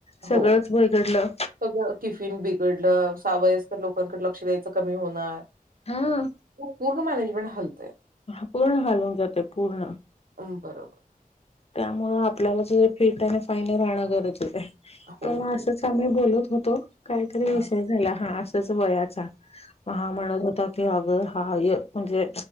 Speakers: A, on the left; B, on the right.
A: सगळंच
B: हो
A: बिघडलं
B: सगळ टिफिन बिघडलं सावयस तर लोकांकडे लक्ष द्यायचं कमी होणार
A: हा
B: पूर्ण मॅनेजमेंट हलतंय
A: ह पूर्ण हालवून जाते पूर्ण
B: बरोबर
A: त्यामुळे आपल्याला ज फिट आणि फाईन राहणं गरजेच आहे
B: हो,
A: पण
B: हो.
A: असंच मी बोलत होतो काहीतरी
B: हां.
A: विषय झाला हा असच वयाचा हा म्हणत होता आग हाय म्हणजे